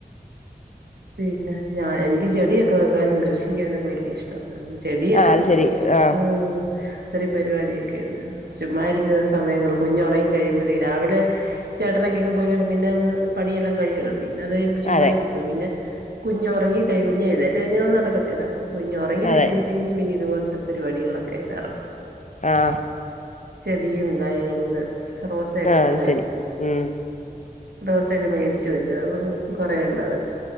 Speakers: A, on the right (about 85°); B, on the left (about 50°).
A: പിന്നെ ഞാ എനിക്ക് ചെടിയൊക്കെ വെക്കാനും കൃഷി ചെയ്യാനൊക്കെ വല്ല്യ ഇഷ്ടവാ ചെടിയൊക്കെ
B: ആ അത്
A: ഉണ്ട്
B: ശരി
A: കുറച്ച്
B: ആ
A: ഉം ഒത്തിരി പരിപാടിയൊക്കെയുണ്ട് ചുമ്മാരിക്കുന്ന സമയങ്ങള് കുഞ്ഞൊറങ്ങികഴിയുമ്പത്തേക്ക് രാവിലെ ചേട്ടനൊക്കെയങ്ങ് പോയികഴിയുമ്പോ പിന്നങ്ങ് പണിയെല്ലാം കഴിയൂല്ലോ പിന്നെ അത് കഴിയുംമ്പോ ചുമ്മായിരിപ്പ
B: അതെ
A: പിന്നെ കുഞ്ഞു ഉറങ്ങി കഴി കുഞ്ഞെഴുന്നേറ്റഴിഞ്ഞാ ഒന്നും നടക്കത്തില്ല കുഞൊറങ്ങി
B: അതെ
A: കഴിയുംബത്തേക്കിനും പിന്നെ ഇതു പേലെ പരിപാടികളൊക്കെ ഏതാറേ
B: ആഹ്
A: ചെടിയും കാര്യങ്ങളൊക്കെ റോസയൊക്കെ
B: ആ അത്
A: കൊറെയുണ്ട്
B: ശരി ഉം
A: റോസയൊക്കെ മേടിച്ച് വെച്ചതാ അപം കൊറെയുണ്ട് അതൊക്കെ